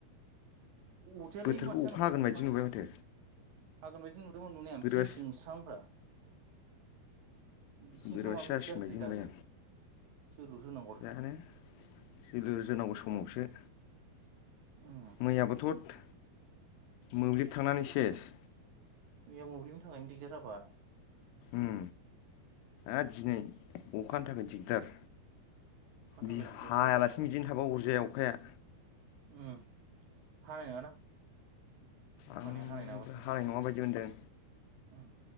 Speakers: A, on the right (about 60°); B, on the left (about 80°).
A: अदजायालै
B: बोथोरखौ
A: माथो जानांगौ
B: हागोन
A: अखा
B: बायदि
A: नायालाय
B: नुबाय माथो
A: हागोनबाय दि नुदोंमोन नुनाया ओमफ्राय
B: बोरैबासो
A: जोंनिथिं स्रां ब्रा बिथिंसो
B: बोरैबासो
A: मानो
B: जासिगोन
A: बिदि जाखोदो दासो
B: बायदि मोनबाय
A: जोलुसो होनांगौ दासो
B: जानो जोलुर जोनांगौ समावसो
A: उम
B: मैयाबोथ'थ मोब्लिब थांनानै सेस
A: मैया मोब्लिबनि थाखायनो दिगदार जाबाय।
B: उम आरो दिनै अखानि थाखाय दिगदार
A: अखानि
B: बि
A: थाखाय दिगदार
B: हायालासिनो
A: जालायबाय दिनै
B: बिदिनो थाबा अरजाया अखाया।
A: उम हानाय नङा दां।
B: आंबो
A: माने हानाय नङा बादि मोनदां।
B: हानाय नङा बायदि मोनदों
A: उम।